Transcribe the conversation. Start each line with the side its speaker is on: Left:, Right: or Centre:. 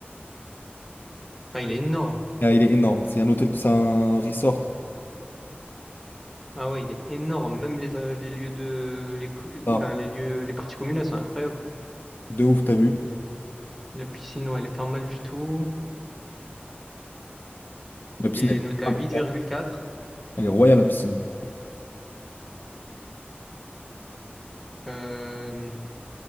Centre: Enfin, il est énorme.
Left: Ah, il est énorme. C'est un hôtel, c'est un resort.
Centre: Ah ouais, il est énorme. Même les, euh, les lieux de. Les, cou-
Left: Ah,
Centre: enfin, les lieux, les parties communes, elles sont incroyables.
Left: de ouf, t'as vu?
Centre: La piscine, ouais, elle est pas mal du tout.
Left: La piscine,
Centre: Il est
Left: elle est,
Centre: noté à
Left: incroyable.
Centre: 8,4.
Left: elle est royale, la piscine.
Centre: Euh,